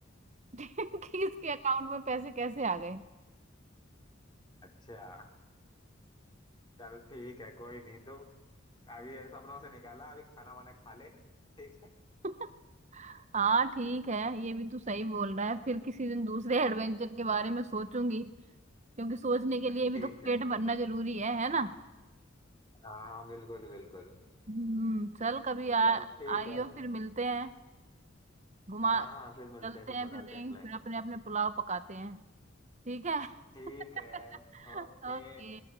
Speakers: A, on the right; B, on the left.
A: <laughs> कि इसके अकाउंट में पैसे कैसे आ गए
B: अच्छा चल ठीक है कोई नहीं तो अभी ये सपनों से निकाला अभी खाना वाना खा ले <laughs> ठीक है
A: <laughs> हाँ ठीक है ये भी तू सही बोल रहा है फिर किसी दिन दूसरे एडवेंचर के बारे में सोचूंगी क्योंकि सोचने के लिए
B: ठीक
A: भी तो पेट
B: है
A: भरना जरूरी है है ना
B: हाँ हाँ बिल्कुल बिल्कुल
A: हम्म चल कभी आ
B: चल ठीक
A: आइयो
B: है
A: फिर मिलते हैं घुमा
B: हाँ हाँ फिर मिलते
A: चलते
B: हैं फिर
A: हैं
B: बनाते
A: फिर कहीं
B: हैं प्लान
A: फिर अपने अपने पुलाव पकाते हैं ठीक है
B: ठीक है
A: <laughs>
B: ओके
A: ओके